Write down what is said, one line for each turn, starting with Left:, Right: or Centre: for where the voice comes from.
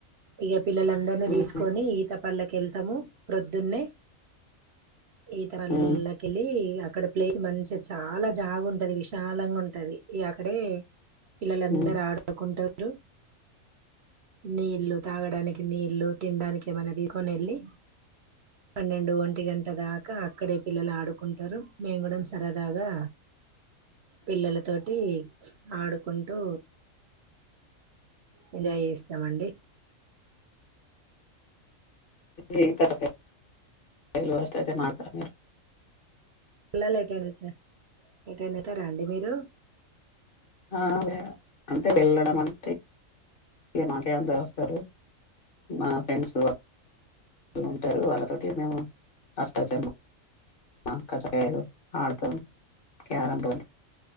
Right: ఇగ పిల్లలందరినీ
Left: ఉమ్
Right: తీసుకొని ఈత పళ్ళకు వెళ్తాము ప్రొద్దున్నే. ఈతరల్లా
Left: ఉమ్
Right: కెల్లీ అక్కడ ప్లేస్ మంచిగ చాలా జాగు ంటది విశాలంగా ఉంటది ఇగ అక్కడే పిల్లలందరు
Left: ఉమ్.
Right: ఆడుకుంట రు నీళ్లు తాగడానికి నీళ్లు తినడానికి ఏమైనా తీసుకొని వెళ్ళి పన్నెండు ఒంటి గంట దాకా అక్కడే పిల్లలు ఆడుకుంటరు, మేము కూడా సరదాగా పిల్లలతోటి ఆడుకుంటూ ఎంజాయ్ చేస్తామండి.
Left: <inaudible> కజ్జకాయలు, అష్టాచెమ్మా ఆడతర మీరు.
Right: <inaudible> లైట్ <inaudible> ఎటైనా ఎలతారా అండి మీరు.
Left: ఆ వె- అంటే వెళ్ళడం అంటే ఇగ మాకేయి అందరూ వస్తరు మా ఫ్రెండ్స్ ఉంటరు వాళ్ళతోటి మేము అష్టాచమ్మా కచ్చకాయలు ఆడతాం. క్యారం బోర్డ్